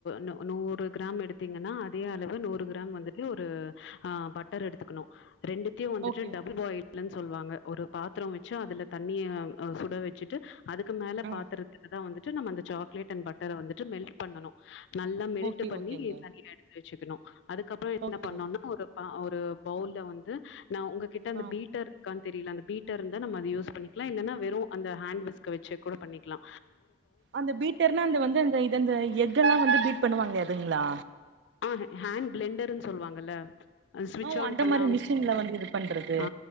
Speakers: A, on the left; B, on the right.
A: நு நூறு கிராம் எடுத் தீங்கன்னா அதே அளவு நூறு கிராம் வந்துட்டு ஒரு ஆ பட்டர் எடுத்துக்குணு ரெண்டுத்தியு வந்துட்டு
B: ஓகே
A: டபுள்
B: ஓகே
A: பாய்ல்னு சொல்வாங்க ஒரு பாத்ரொ வெச்சி அதுல தண்ணிய அ சுட வெச்சிட்டு அதுக்கு மேல
B: ஆ
A: பாத்துரத்துல தா வந்துட்டு நம்ம அந்த சாக்லேட் அண்ட் பட்டர வந்துட்டு மெல்ட் பண்ணனு நல்லா மெல்ட்ட
B: ஓகே
A: பண்ணி
B: ஓகேங்க
A: தனியா எடுத்து வெச்சிக்கணு அது கப்றோ என்ன
B: ஓகே
A: பண்ணுனா
B: ஓகே
A: ஒரு ப ஒரு பௌல்ல வந்து நா உங்கக் கிட்ட அந்த
B: ஆ
A: பீட்டர் இருக்கான் தெரில அந்த பீட்டர் இருந்தா நம்ம அது யூஸ் பண்ணிக்லா இல்லன்னா வெறு அந்த ஹேண்ட் விஸ்க்க வெச்சிக் கூட பண்ணிக்லா
B: அந்த பீட்டர்னா அந்த வந்து அந்த இது அந்த எக்கல்லா வந்து பீட் பண்ணுவாங்ளே அதுங்ளா
A: ஆ ஹேண்ட் ப்ளெண்டர்னு சொல்லுவாங்கல்ல ஆ சுவிட்ச்
B: ஓ
A: ஆன்
B: அந்த
A: பண்ணா
B: மாரி
A: அவுங்
B: மிஷின்ல வந்து இது பண்றது
A: ஆ